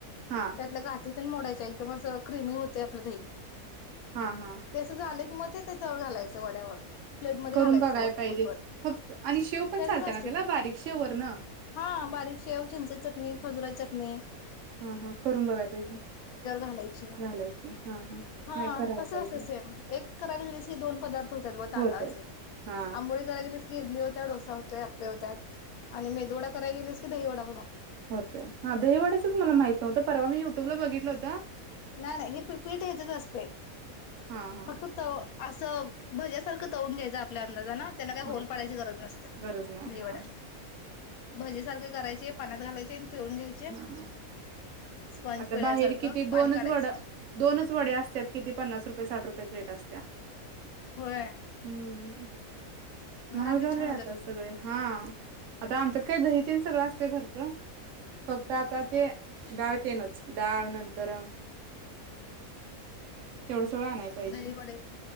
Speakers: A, on the right; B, on the left.
A: हा
B: त्यातल्या गाठी मोडायच एकदम असं क्रिमी होतेय आपलं दही
A: हा हा
B: तेसं झालं की मग ते तेच्याळ घालायचं वड्यावर प्लेट मधे
A: करून
B: घालायच
A: बघाय पाहिजे
B: ओतर त्याचच
A: फक्त आणि शेव पण चालते
B: असते
A: ना त्याला
B: ते
A: बारीक शेवर ना
B: हा बारीक शेव चिंचची चटणी खजुराची चट नी
A: हा हा करून बघाय पाहिजे
B: घालायची
A: घालायचे हा हा
B: हा
A: नाही करायला
B: तस
A: पाहिजे
B: असते सेम एक करायला गेलेस ह दोन पदार्थ होतात व तांदळाची
A: होत हा
B: आंबोळी करायला गेली की क इडली होत डोसा सा होत आपपे होत्यात आणि मे दोडा कराय गेलिस क दही वडा
A: होते हा दहीवड्याचच मला माहित नव्हत परवा मी युट्यूबला बघित होता
B: नाही नाही हे पीठ ह्याच्याच असते
A: हा हा
B: फक्तत असं भज्यासारखं तळून घ्यायचं आपल्या अंदाजा ना त्यांना काही होल
A: हा
B: पाडायची गरज नसत्या
A: गरज नाही
B: दहीवाड्यात
A: हा
B: भजी सारखे करायचे पाण्यात घालायचे तळून घ्यायचे
A: हा
B: स्पंज
A: आता
B: पिळल्यासारखं
A: बाहेर किती दोनच
B: पाणी काढायचं
A: वड दोनच वड असत्याात किती पन्नास रुपये साठ रुपये प्लेट असत्या
B: होय
A: हम्म
B: घरातले
A: महाग झालंय
B: छान
A: आता
B: होत्यात उलट
A: सगळे हा आता आमच्या काही दही सगळं असते घरच फक्त आता ते डाळ तेनच डाळ नंतर तेवढं सवळं आणाय पाहिजे
B: दही वडे